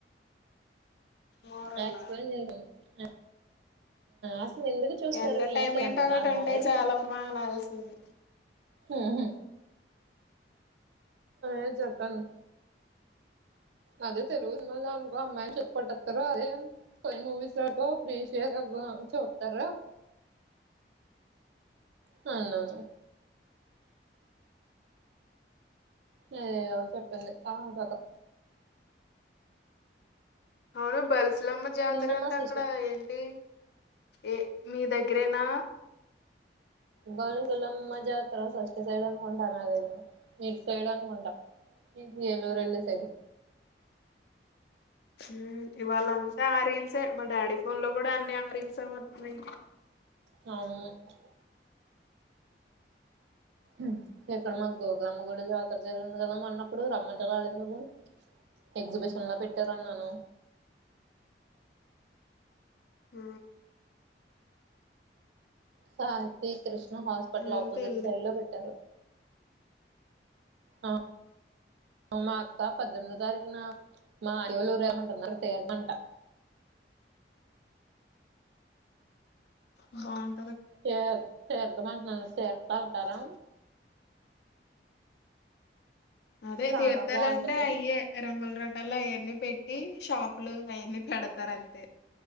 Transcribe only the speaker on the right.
ప్రాక్స్ ప్రేన్ చేయను ఆ అసలు ఎందుకు చూస్తారు
ఏమి
అందు
నాగు మామి
నువ్ ఏం చెట్టాను అదే తెలుగు సినిమా అనుకో అమ్మాయిని చెప్పట్టస్తారు అదే కొన్ని మూవీస్ లోతో ప్రీషియ గోవా నుంచి వత్తర నన్ను ను అది ఏదో చెప్పింది టమాటా తో
నిన్న
మా సిస్టర్
బల్సులమ్మ జాతర ఫస్ట్ సైడ్ అనుకుంట నా దేని మీట్ సైడ్ అనుకుంట ఈ ఏలూరు వెళ్లే సైడ్
నా నిన్నే ఉ ఇక్కడ మాకు గో గ్రామ గుళ్లో జాతర జరిగింది కదా మొన్న ఎప్పుడు రమ్మంటే రాలేదు నువ్వు ఎగ్జిబిషన్ లో పెట్టారన్నాను
శాంతి కృష్ణ హాస్పిటల్
ఆపోజిట్
సైడ్ లో పెట్టారు ఆ మా అక్క పద్దెనిమిది తారీఖు నా మాట్ ఎవలూరు ఏమంటం నరును తెరునంట
తర్ తరదుమంట తరతా ఉంటారా
చాలా
బాగుంటది